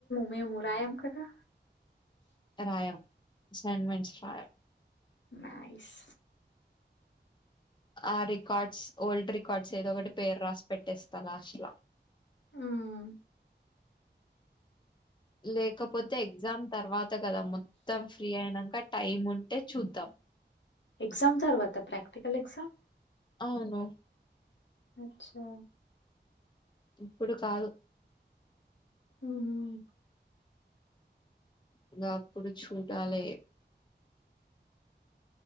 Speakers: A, on the left; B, on the left.
A: మేము రామ్ కదా
B: రాయాం అసైన్మెంట్ రాయం
A: నైస్
B: ఆ రికార్డ్స్ ఓల్డ్ రికార్డ్స్ ఏదో ఒకటి పేరు రాసి పెట్టేస్తా లాస్ట్ లో
A: మ్మ్
B: లేకపోతే ఎగ్జామ్ తర్వాత కదా మొత్తం ఫ్రీ అయినాక టైమ్ ఉ ఉంటే చూద్దాం
A: ఎగజామ్ తర్వాత ప్రాక్టికల్ ఎగజామ్
B: అవును
A: అచ్చా
B: ఇప్పుడు కాదు
A: ఉమ్
B: ఇంగా అప్పుడు చూడాలే